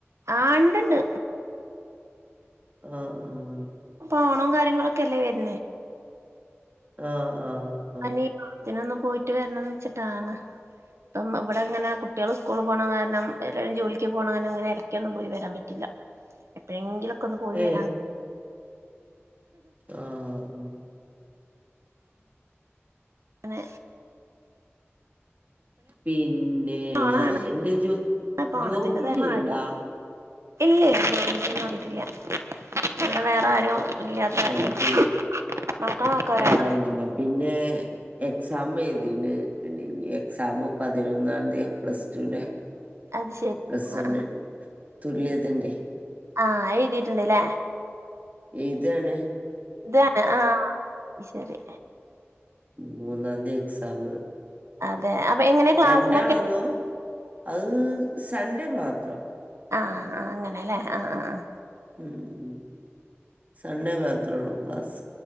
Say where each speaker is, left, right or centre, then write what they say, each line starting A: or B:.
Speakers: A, on the right; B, on the right.
A: ആഹ് ണ്ട്ണ്ട്
B: ആഹ് ആഹ്
A: പ്പോണോം കാര്യങ്ങളൊക്കെല്ലേ വര്ണേ
B: ആഹ് ആഹ് ആഹ്
A: ഞാനീ
B: ആഹ്
A: ഓണത്തിനൊന്ന് പോയിട്ട് വരണന്ന്ച്ചിട്ടാണ് ഇപ്പം വിടങ്ങനെ കുട്ട്യോൾ സ്കൂള് പോകണ കാരണം എല്ലാരും ജോലിക്ക് പോകണ കാരണം ഇങ്ങനെ ഇടക്കൊന്നും പോയി വരാൻ പറ്റില്ല എപ്പെഴെങ്കിലൊക്കെ ഒന്ന് പോയി
B: ഏഹ്
A: വരാൻ
B: ആഹ്
A: നെ
B: പിന്നെ
A: ഓണാണ്
B: എന്തേലും
A: ഇപ്പ ഓണത്തിന്റെ
B: ജോബ് ചെയ്യണ്ടാ
A: മഴ ഇല്ല ഇല്ല <unintelligible> വേറെ ആരും <unintelligible>
B: ഞാൻ പിന്നെ ആഹ് ഞാൻ പിന്നെ എക്സാം എഴുതീന് പിന്നെ ഇനി എക്സാം പതിനൊന്നാതിയ പ്ലസ്റ്റൂന്റെ
A: അത് ശരി
B: പ്ലസ്
A: ആ
B: വണ്ണാണ്
A: ആ
B: തുല്യതന്റെയ്
A: ആഹ് എയ്തീട്ട്ണ്ട്ലെ
B: എയ്താണ്
A: ഇതാണ് ആഹ് ശരി
B: മൂന്നാന്തി എക്സാം
A: അതെ അപ്പൊ എങ്ങനെ ക്ലാസ്സിനൊക്കെ
B: രണ്ടാളൊള്ളു അത് സൺഡേ മാത്രം
A: ആഹ് ആഹ് അങ്ങനെലെ ആഹ് ആഹ് ആഹ്
B: ഉം ഉം സൺഡേ മാത്രൊള്ളൂ ക്ലാസ്സ്